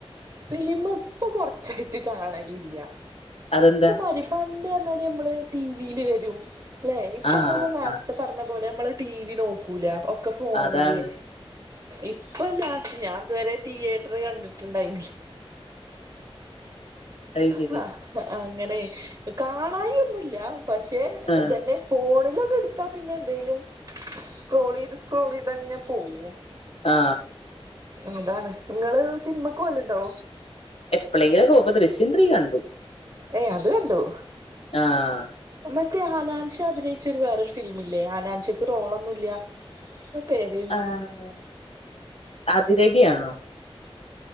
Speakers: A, on the right; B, on the left.
A: ഫിലിമ് ഇപ്പൊ കൊറച്ചായിറ്റ് കാണലില്ല
B: അതെന്താ
A: പണ്ട്ർഞ്ഞാല് ഇമ്പള് ടിവീല് വെരും ല്ലേ ഇപ്പമ്മള്
B: ആ
A: നേര്ത്തെ
B: ആ
A: പറഞ്ഞപോലെ അമ്മള് ടി വി നോക്കുല ഒക്കെഫോണില്
B: അതാണ്
A: ഇപ്പൊലാസ് ഞാത് വരെ തിയേറ്റർകണ്ടിട്ടുണ്ടായി
B: അത് ശരി
A: ഹാ അങ്ങനെ കാണായിന്നുല്ല പക്ഷെ
B: ആ
A: ഇതന്നെ ഫോണിലണ്ട്ട്ത്താപിന്നെ ന്തേലും സ്ക്രോളെയ്ത് സ്ക്രോളെയ്തങ്ങ പോവും
B: ആ
A: അതാണ് ഇങ്ങള് സിൻമക്ക് പോവല്ണ്ടോ
B: എപ്പളേങ്കിലൊക്കെ ഓപ്പം ദൃശ്യം ത്രീ കണ്ടു
A: ഏ അത് കണ്ടു
B: ആഹ്
A: മറ്റേ ഹനാൻഷ അഭിനയിച്ചരു വേറൊരുഫിലിമില്ലേ ഹനാൻഷക്ക്റോളൊന്നുല്ല പേര്
B: ആഹ് അതിരടിയാണോ